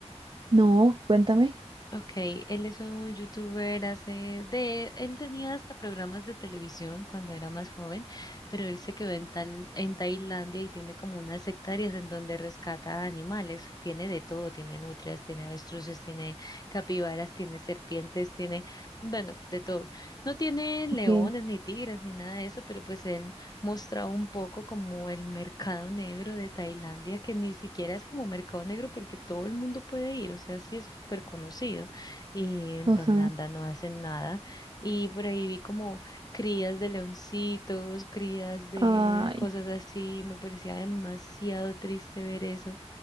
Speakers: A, on the right; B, on the left.
A: No, cuéntame.
B: Ok, él es un youtuber hace de, él tenía hasta programas de televisión cuando era más joven, pero él se quedó en tal, en Tailandia y tiene como unas hectáreas en donde rescata animales, tiene de todo, tiene nutrias, tiene avestruces, tiene capibaras, tiene serpientes, tiene, bueno, de todo. No tiene leones,
A: Ok.
B: ni tigres, ni nada de eso, pero pues él mostraba un poco como el mercado negro de Tailandia, que ni siquiera es como mercado negro porque todo el mundo puede ir, o sea, sí es súper conocido y en
A: Ajá.
B: Tailandia no hacen nada. Y por ahí vi como crías de leoncitos, crías de
A: Ay,
B: cosas así, me parecía demasiado triste ver eso.